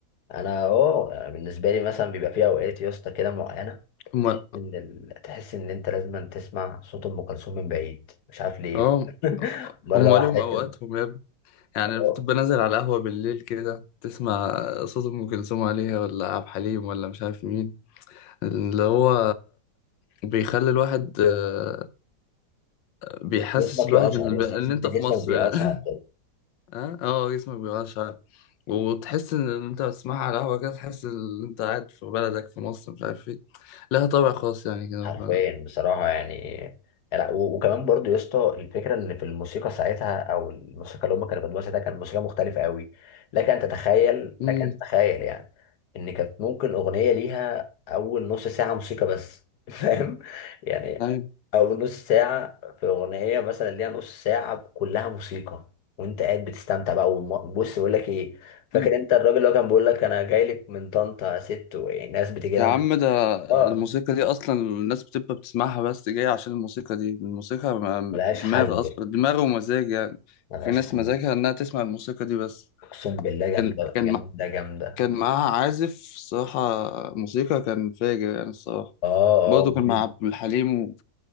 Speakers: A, on the left; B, on the left.
A: انا اه بالنسبة لي مثلا بيبقى في اوقات يا اسطى كده معينة
B: هما
A: إن ال- تحس إن أنت لازم تسمع صوت أم كلثوم من بعيد مش عارف ليه
B: اه
A: <laughs> مرة
B: هما
A: واحدة
B: ليهم اوقاتهم
A: كده
B: يا ابني يعني
A: آه،
B: بتبقى نازل على القهوة بالليل كده تسمع صوت ام كلثوم عليها ولا عبد الحليم ولا مش عارف مين اللي هو بيخلي الواحد آه، بيحسس
A: جسمك
B: الواحد
A: يقشعر
B: ان
A: يا أستاذ،
B: إن
A: تحس إن
B: انت
A: أنت جسمك
B: في مصر
A: بيقشعر
B: يعني <laughs> اه اه جسمك بيبقى شعر وتحس ان انت بتسمعها على قهوه كده تحس ان انت قاعد في بلدك في مصر مش عارف ايه لها طابع خاص يعني كده
A: حرفيا
B: ف...
A: بصراحة يعني لا و- وكمان برضو يا اسطى الفكرة ان في الموسيقى ساعتها او الموسيقى اللي هم كانوا بيقدموها ساعتها كانت موسيقى مختلفة قوي لك ان تتخيل
B: امم
A: لك ان تتخيل يعني ان كانت ممكن اغنية ليها اول نص ساعة موسيقى بس <laughs> فاهم يعني
B: ايوه
A: اول نص ساعة في اغنية مثلا ليها نص ساعة كلها موسيقى وانت قاعد بتستمتع بقى وم- بص بقول لك ايه فاكر
B: أمم.
A: انت الراجل اللي هو كان بيقول لك انا جاي لك من طنطا يا ست وناس بتجي لها
B: يا عم
A: من-
B: ده
A: اه
B: الموسيقى دي اصلا الناس بتبقى بتسمعها بس جاية عشان الموسيقى دي الموسيقى ما-
A: ملهاش
B: دماغ
A: حل
B: اصلا دماغ ومزاج يعني
A: ملهاش
B: في ناس
A: حل
B: مزاجها انها تسمع الموسيقى دي بس
A: اقسم بالله
B: كان
A: جامده
B: كان
A: جامده
B: مع-
A: جامده
B: كان معاها عازف الصراحة موسيقى كان فاجر يعني الصراحة
A: اه اه
B: برضه
A: جميل
B: كان مع عبد الحليم